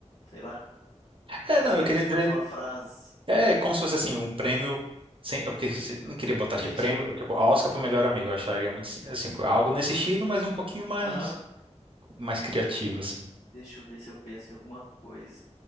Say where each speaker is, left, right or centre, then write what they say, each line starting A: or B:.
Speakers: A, on the left; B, on the right.
A: sei lá.
B: É,
A: Ou
B: não,
A: você
B: eu
A: queria,
B: queria
A: tipo,
B: dizer,
A: mais uma frase?
B: é como se fosse assim, um prêmio, sem, é porque se- não queria botar
A: Entendi.
B: tipo prêmio, tipo, Oscar pro melhor amigo, eu acharia muito, assim, assim, tipo, algo nesse estilo, mas um pouquinho mais,
A: Aham.
B: mais criativo, assim.
A: Deixa eu ver se eu penso em alguma coisa.